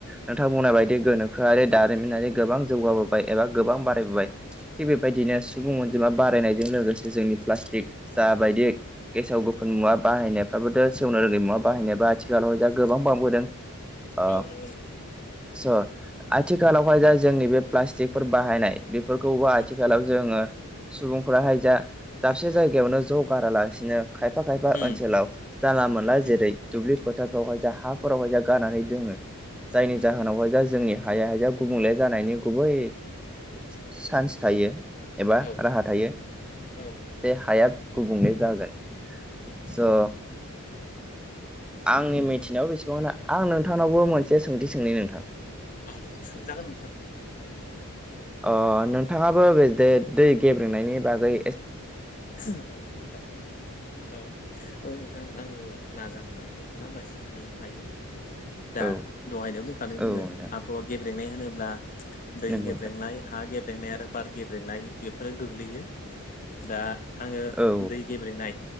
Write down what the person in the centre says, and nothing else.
नोंथां बुंनाय बायदि गोनोखोआरि दारिमिनारि गोबां जौगाबोबाय एबा गोबां खम बारायबोबाय। थिग बेबायदिनो सुबुं अनजिमा बारायनायजों लोगोसे जोंनि प्लास्टिक जा बायदि गेसाव गोफुन मुवा बाहायनायफ्राबोथ सेवनो रोङि मुवा बाहायनायाबो आथिखालावहाय जा गोबां बांबोदों। ओ
स आथिखालावहाय जा जोंनि बे प्लास्टिकफोर बाहायनाय बेफोरखौबो आथिखालाव
जों जङो सुबुंफोराहाय जा दाबसे जायगायावनो ज गारालासिनो खायफा खायफा
ओनसोलाव जानला मोनला
जेरै दुब्लि फोथारफ्रावहाय जा हा फोरावहाय जा गारनानै दोङो जायनि जाहोनावहाय जोंनि हाया हायाया गुबुंले जानायनि गुबै चान्स थायो। एबा
राहा थायो
जे हाया गुबुंले जागोन। स। आंनि मिथिनायाव बेसेबां दा आं नोंथांनावबो मोनसे सोंथि सोंनि नोंथां।
अ नोंथाङाबो बे दै गेब्रेनायनि बागै एस
औ
औ
नोंथां
नंगौ
नोंथां
औ